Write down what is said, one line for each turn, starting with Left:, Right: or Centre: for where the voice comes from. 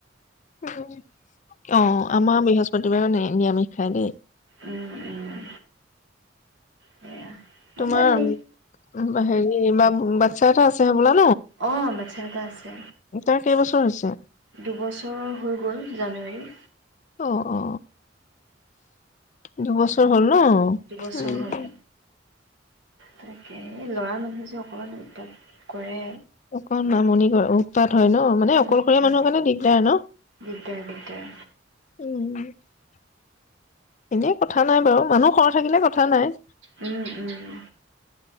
Left: উম অ আমাৰ বৃহস্পতিবাৰো নে নিৰামিষ খায় দেই
Right: উম উম সেয়া
Left: তোমাৰ
Right: মানে
Left: হেৰি বা-বা, <unintelligible>
Right: অ বাচ্ছা এটা আছে,
Left: তাৰ কেইবছৰ হৈছে
Right: দুবছৰ হৈ গল। জানুৱাৰী।
Left: অ অ। দুবছৰ হ'ল ন?
Right: দুবছৰ
Left: উম্ উম্।
Right: হ'ল তাকে, ল'ৰা মানুহ যে অকণমান উতপাত কৰে।
Left: অকণ আমনি কৰে, উতপাত হয় ন,
Right: উম,
Left: মানে অকলশৰীয়া মানুহৰ কাৰণে দিগদাৰ ন।
Right: দিগদাৰ দিগদাৰ
Left: উম উম। এনে কথা নাই বাৰু। মানুহ সৰহ থাকিলে কথা নাই।
Right: উম, উম,